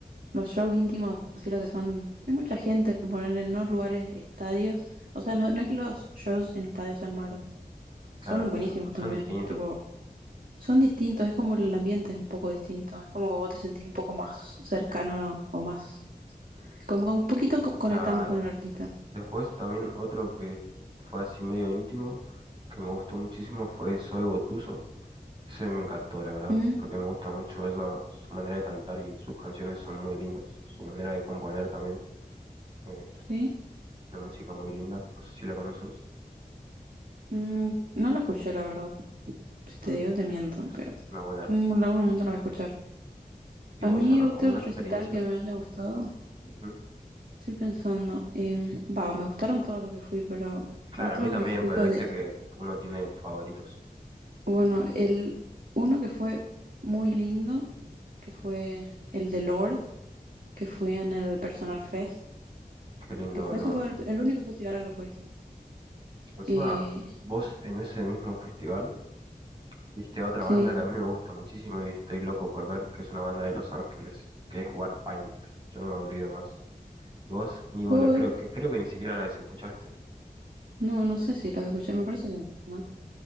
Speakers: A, on the right; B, on the right.
A: Los shows íntimos, así lo que son. No hay mucha gente, poner en no lugares, estadios. O sea, no, no es que los shows en estadios sean malos.
B: Claro,
A: Son buenísimos
B: son, son
A: también.
B: distintos.
A: Tipo, Son distintos, es como el ambiente es un poco distinto, es como que vos te sentís un poco más cercano o más, como que un poquito co- conectás
B: Claro.
A: más con el artista.
B: Después también otro que fue así medio íntimo, que me gustó muchísimo, fue Soy Gotuso. Ese me encantó, la verdad,
A: Mm,
B: porque me gusta mucho ella, su manera de cantar y sus canciones son muy lindas. Su manera de componer también. Eh,
A: ¿Sí?
B: Tiene música muy linda, no sé si la conoces.
A: Mm, no lo escuché, la verdad. Si
B: Mm,
A: te digo, te miento,
B: Es
A: pero
B: una buena artista.
A: mm, en algún momento lo voy a escuchar.
B: ¿Y
A: A
B: vos,
A: mí
B: a- alguna
A: otro recital
B: experiencia?
A: que me haya gustado,
B: Ujú.
A: estoy pensando, em, va, me gustaron todos los que fui, pero
B: Claro,
A: otro
B: a mí también,
A: que fui
B: pero
A: co-
B: viste
A: de,
B: que uno tiene favoritos.
A: bueno, el uno que fue muy lindo, que fue el de Lord, que fui en el Personal Fest.
B: Qué lindo
A: que fue,
B: Lord.
A: ese fue el, el único festival al que fui.
B: Encima,
A: Y
B: vos en ese mismo festival viste a otra
A: sí,
B: banda que a mí me gusta muchísimo y estoy loco por ver, que es una banda de Los Ángeles, que es Warpaint. Yo no me olvido más. Y vos, ni bola,
A: Google,
B: creo que, creo que ni siquiera las escuchaste.
A: no, no sé si los escuché, me parece que no.